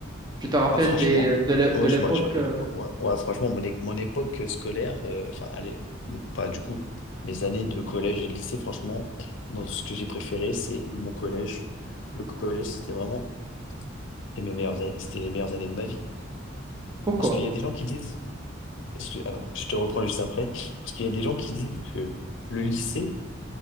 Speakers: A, on the right (about 20°); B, on the left (about 65°).
A: Tu te rappelles
B: ah, franchement,
A: des, de l'é-
B: ouais,
A: de l'époque
B: je, m'a- je m'a-
A: euh,
B: ouais, ouais, franchement, mon, é- mon époque scolaire, euh, enfin, allez, pas du coup, mes années de collège et de lycée, franchement, dans ce que j'ai préféré, c'est mon collège. Le collège, c'était vraiment c'était mes meilleures, a- c'était les meilleures années de ma vie.
A: Pourquoi?
B: Parce qu'il y a des gens qui disent Excuse- alors, je te reprends juste après, parce qu'il y a des gens qui disent que le lycée,